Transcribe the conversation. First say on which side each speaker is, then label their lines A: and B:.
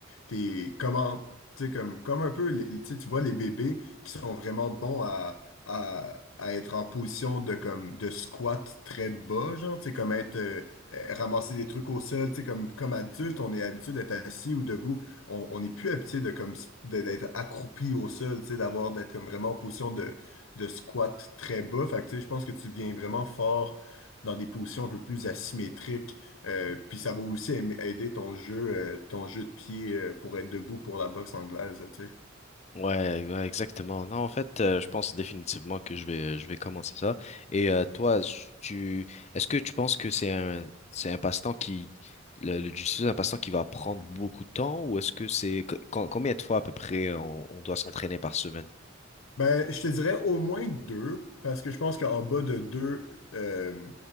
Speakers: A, on the left (about 75°); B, on the left (about 30°).
A: tes- comment, tu sais, comme, comme un peu, les- tu sais, tu vois les bébés qui sont vraiment bons à, à, à être en position de, comme, de squat très bas, genre, tu sais, comme être, euh, euh, ramasser des trucs au sol. tu sais, Comme, comme adulte, on est habitué d'être assis ou debout. On on n'est plus habitué de, comme, s- de- d'être accroupi au sol, tu sais, d'avoir, d'être comme vraiment en position de de squat très bas. Fait que, tu sais, je pense que tu deviens vraiment fort dans des positions un peu plus asymétriques. Euh, puis ça va aussi aim- aider ton jeu, euh, ton jeu de pied euh, pour être debout pour la boxe anglaise, tu sais.
B: Ouais, ouais, exactement. Non, en fait, euh, je pense définitivement que je vais, je vais commencer ça. Et euh, toi, tu, est-ce que tu penses que c'est un, c'est un passe-temps qui, le, le jiu-jitsu, c'est un passe-temps qui va prendre beaucoup de temps, ou est-ce que c'est, co- com- combien de fois à peu près on, on doit s'entraîner par semaine?
A: Ben, je te dirais au moins deux, parce que je pense qu'en bas de deux, euh,